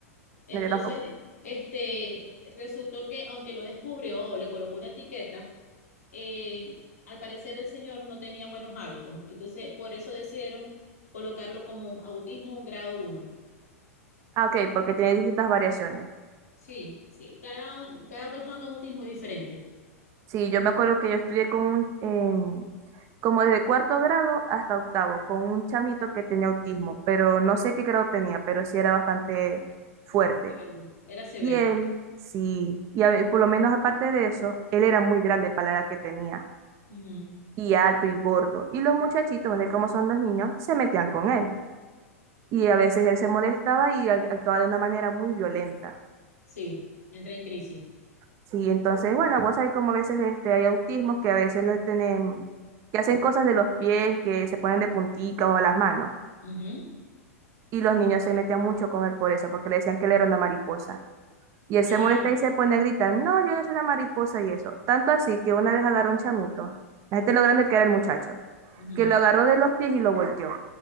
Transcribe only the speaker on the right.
No, yo tampoco.
Ah, ok, porque tiene distintas variaciones.
Sí, yo me acuerdo que yo estudié con un, em, como desde cuarto grado hasta octavo, con un chamito que tenía autismo, pero no sé qué grado tenía, pero sí era bastante fuerte.
Y él, sí, y a ve- por lo menos aparte de eso, él era muy grande para la edad que tenía,
y alto y gordo. Y los muchachitos, de cómo son los niños, se metían con él. y a veces él se molestaba y ac- actuaba de una manera muy violenta.
Sí, entonces, bueno, vos sabés como a veces este, hay autismos que a veces los tienen, que hacen cosas de los pies, que se ponen de punticas o las manos.
Y los niños se metían mucho con él por eso, porque le decían que él era una mariposa. Y él
se molesta y se pone a gritar, no, yo no soy una mariposa y eso. Tanto así que una vez agarró un chamito, la gente lo grande que era el muchacho,
que lo agarró de los pies y lo volteó.